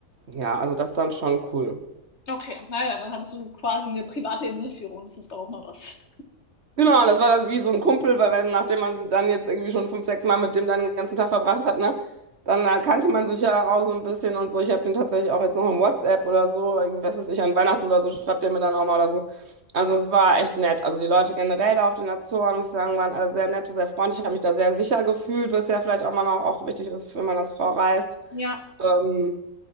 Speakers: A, on the right; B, on the left.
A: Ja, also das ist dann schon cool.
B: Okay, naja, dann hattest du quasi eine private Inselführung. Das ist doch auch mal was.
A: Genau, das war das wie so ein Kumpel, weil wenn, nachdem man dann jetzt irgendwie schon fünf, sechs Mal mit dem dann den ganzen Tag verbracht hat, ne, dann äh, kannte man sich ja auch so ein bisschen und so. Ich habe den tatsächlich auch jetzt noch im WhatsApp oder so, irgendwie, was weiß ich, an Weihnachten oder so, schreibt der mir dann auch mal oder so. Also es war echt nett. Also die Leute generell da auf den Azoren, muss ich sagen, waren alle sehr nett, sehr freundlich. Ich habe mich da sehr sicher gefühlt, was ja vielleicht auch mal noch auch wichtig ist, wenn man als Frau reist.
B: Ja,
A: Ähm,